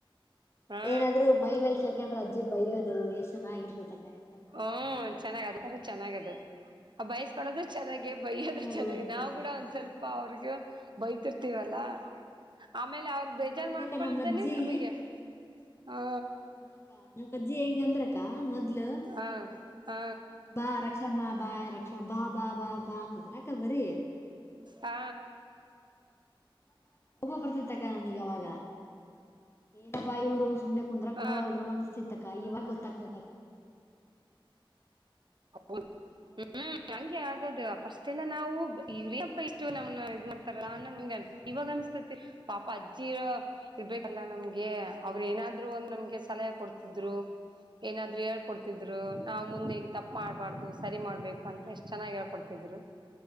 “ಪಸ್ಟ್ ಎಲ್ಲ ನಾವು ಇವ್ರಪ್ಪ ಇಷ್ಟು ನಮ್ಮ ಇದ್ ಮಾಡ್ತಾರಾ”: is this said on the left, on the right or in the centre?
Right